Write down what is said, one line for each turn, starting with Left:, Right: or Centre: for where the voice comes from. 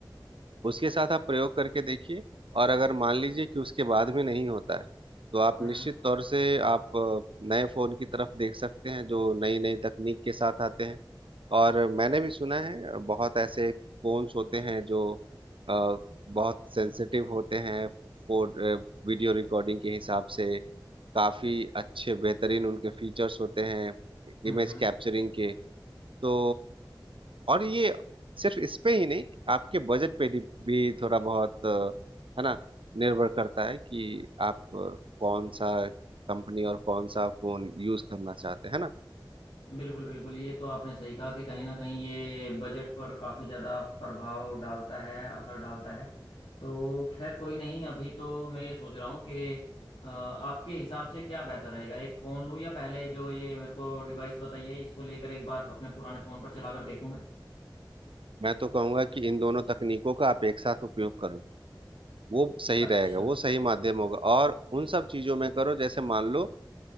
Right: उसके साथ आप प्रयोग करके देखिए और अगर मान लीजिए कि उसके बाद भी नहीं होता है तो आप
Left: हम्म
Right: निश्चित तौर से आप अ, नए फोन की तरफ देख सकते हैं जो नई नई तकनीक के साथ आते हैं और मैंने भी सुना है अ, बहुत ऐसे फोन्स होते हैं जो अ, बहुत सेंसिटिव होते हैं फोन वीडियो रिकॉर्डिंग के हिसाब से काफी अच्छे बेहतरीन उनके फीचर्स होते हैं
Left: हम्म
Right: इमेज
Left: हम्म।
Right: कैप्चरिंग के तो और ये सिर्फ इस पे ही नहीं आपके बजट पे भी भी थोड़ा बहुत अ, है ना निर्भर करता है कि आप अ, कौन सा कंपनी और कौन सा फोन यूज करना चाहते हैं है ना
Left: बिल्कुल बिल्कुल ये तो आपने सही कहा कि कहीं ना कहीं ये बजट पर काफ़ी ज़्यादा प्रभाव डालता है असर डालता है तो खैर कोई नहीं अभी तो मैं ये सोच रहा हूँ कि अ, आपके हिसाब से क्या बेहतर रहेगा एक फ़ोन लूँ या पहले जो ये मेरे को डिवाइस बताई है इसको लेकर एक बार अपने पुराने फ़ोन पर चला कर देखूँ मैं
Right: मैं तो कहूंगा कि इन दोनों तकनीकों का आप एक साथ उपयोग करो वो सही
Left: अच्छा
Right: रहेगा वो
Left: हम्म
Right: सही माध्यम होगा और उन सब चीजों में करो जैसे मान लो